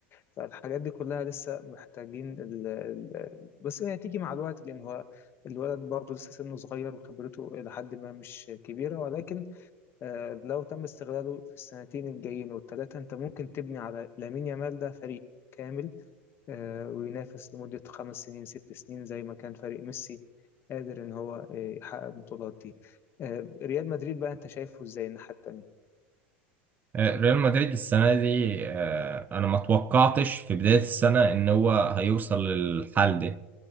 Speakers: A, on the left (about 40°); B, on the right (about 30°).
A: فالحاجات دي كلها لسه محتاجين ال... ال... ال- بس هي هتيجي مع الوقت لأن هو الولد برضه لسه سنه صغير وخبرته إلى حد ما مش كبيرة ولكن آه، لو تم استغلاله في السنتين الجايين والثلاثة أنت ممكن تبني على لامين يامال ده فريق كامل آه، وينافس لمدة خمس سنين ست سنين زي ما كان فريق ميسي قادر إن هو آه، يحقق البطولات دي آه، ريال مدريد بقى أنت شايفه إزاي الناحية التانية؟
B: آه، ريال مدريد السنة دي آه، أنا ما توقعتش في بداية السنة إن هو هيوصل للحال ده